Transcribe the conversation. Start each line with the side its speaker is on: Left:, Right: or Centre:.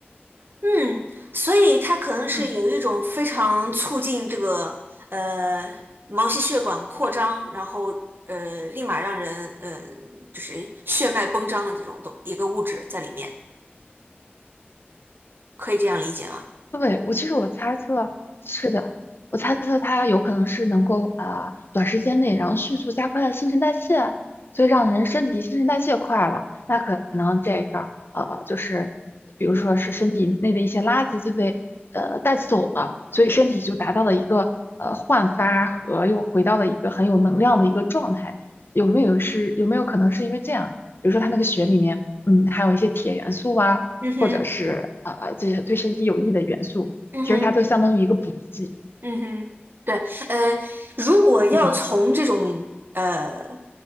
Right: 嗯，所以它可能是有一种非常促进这个呃毛细血管扩张，
Left: <laughs> 嗯。
Right: 然后呃立马让人嗯、呃、就是血脉绷张的这种东一个物质在里面，可以这样理解吗？
Left: 对，我其实我猜测是的，我猜测它有可能是能够啊、呃短时间内，然后迅速加快新陈代谢，所以让人身体新陈代谢快了，那可能这个呃就是比如说是身体内的一些垃圾就被呃带走了，所以身体就达到了一个呃焕发和又回到了一个很有能量的一个状态，有没有是有没有可能是因为这样？比如说它那个血里面嗯含有一些铁元素啊。
Right: 嗯哼，
Left: 或者是呃呃这些对身体有益的元素，
Right: 嗯哼。
Left: 其实它都相当于一个补剂。
Right: 嗯哼，对，呃，如果要从这种呃
Left: 嗯，